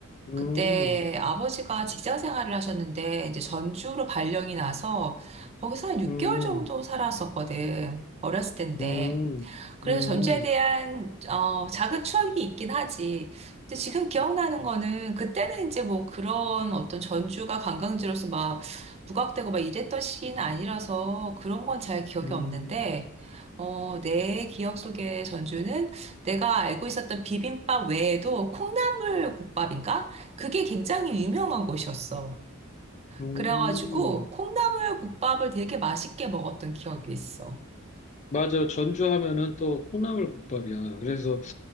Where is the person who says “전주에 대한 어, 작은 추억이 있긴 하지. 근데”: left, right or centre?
Right